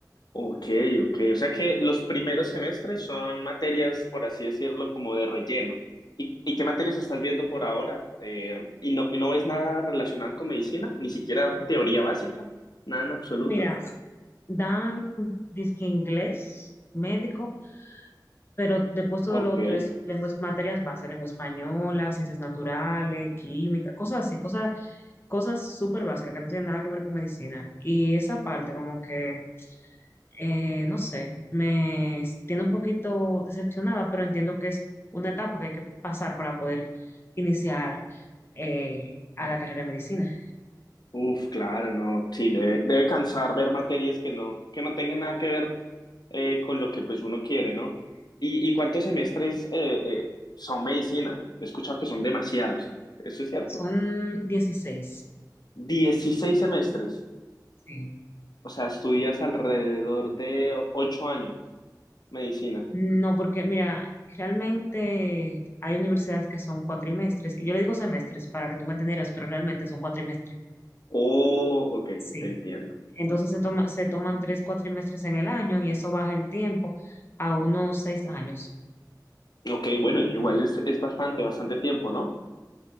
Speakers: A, on the left; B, on the left.
A: Ok, ok. O sea que los primeros semestres son materias, por así decirlo, como de relleno. ¿Y, y qué materias estás viendo por ahora? Eh, ¿y no, y no ves nada relacionado con medicina? ¿Ni siquiera teoría básica? Nada en absoluto.
B: Mira, dan disque inglés, médico, pero después todo
A: Ok.
B: lo otro es lenguas, materias básicas lengua española, ciencias naturales, química, cosas así, cosas, cosas súper básicas que no tienen nada que ver con medicina. Y esa parte como que eh, no sé, me tiene un poquito decepcionada, pero entiendo que es una etapa que hay que pasar para poder iniciar eh, a la carrera de medicina.
A: Uf, claro, no. Sí, debe, debe cansar ver materias que no, que no tengan nada que ver eh, con lo que pues uno quiere, ¿no? ¿Y, y cuántos semestres eh, eh, son medicina? He escuchado que son demasiados. Eso es cierto.
B: Son dieciséis
A: 16 semestres.
B: Sí.
A: O sea, estudias alrededor de o- ocho años medicina.
B: No, porque mira, realmente hay universidades que son cuatrimestres, y yo le digo semestres para que tú me entendieras, pero realmente son cuatrimestres.
A: Oh, ok,
B: Sí.
A: te entiendo.
B: Entonces se toma, se toman tres cuatrimestres en el año y eso baja el tiempo a unos seis años.
A: Ok, bueno, igual es, es bastante, bastante tiempo, ¿no?